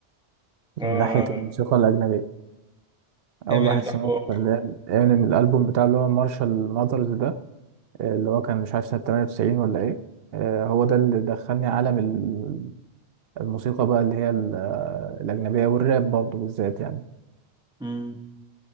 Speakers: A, in the centre; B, on the right (about 65°).
A: اه
B: من ناحيه
A: لا لا
B: الموسيقى الاجنبيه اول
A: امينيم
B: واحد
A: ده
B: سمعته
A: حوار
B: كان امينيم الالبوم بتاعه اللي هو مارشال ماذرز ده اللي هو كان مش عارف سنة 98 ولا ايه آه، هو ده اللي دخلني عالم ال- الموسيقى بقى اللي هي ال- آه، الأجنبية والراب برضه بالذات يعني
A: امم